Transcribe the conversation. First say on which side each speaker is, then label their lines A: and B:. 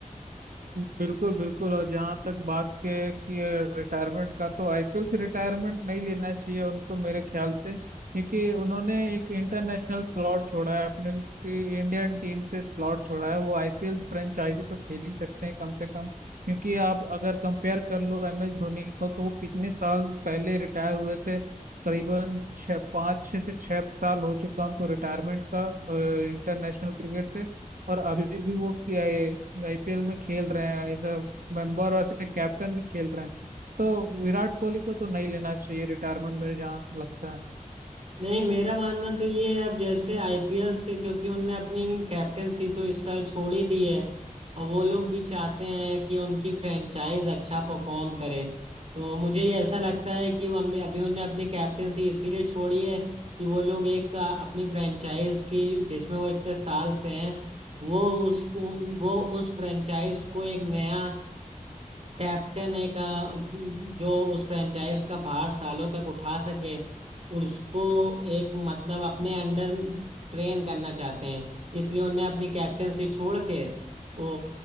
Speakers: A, on the right; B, on the right.
A: बिल्कुल बिल्कुल और जहाँ तक बात के कि रिटायरमेंट का तो आईपीएल से रिटायरमेंट नहीं लेना चाहिए उनको मेरे ख्याल से क्योंकि उन्होंने एक इंटरनेशनल स्लॉट छोड़ा है अपने टी- इंडियन टीम से स्लॉट छोड़ा है वो आईपीएल फ्रेंचाइजी तो खेल ही सकते हैं कम से कम क्योंकि आप अगर कंपेयर कर लो एम एस धोनी को तो वो कितने साल पहले रिटायर हुए थे करीबन छः पाँच छः से छः साल हो चुका उनको रिटायरमेंट का इंटरनेशनल क्रिकेट से और अभी भी वो आईपीएल में खेल रहे हैं एज अ मेंबर और एज अ कैप्टन भी खेल रहे हैं तो विराट कोहली को तो नहीं लेना चाहिए रिटायरमेंट मेरे जहाँ से लगता है
B: नहीं मेरा मानना तो ये है अब जैसे आईपीएल से क्योंकि उनने अपनी कैप्टेंसी तो इस साल छोड़ ही दी है और वो लोग भी चाहते हैं कि उनकी फ्रेंचाइज अच्छा परफॉर्म करे तो मुझे ये ऐसा लगता है कि वो हमने अभी उनने अपनी कैप्टेंसी इसीलिए छोड़ी है कि वो लोग एक अ, अपनी फ्रेंचाइज की जिसमें वो इतने साल से हैं वो उस वो उस फ्रेंचाइज को एक नया कैप्टन एक अ, जो जो उस फ्रेंचाइज का भार सालों तक उठा सके उसको एक मतलब अपने अंडर ट्रेन करना चाहते हैं इसलिए उन्हें अपनी कैप्टेंसी छोड़ के वो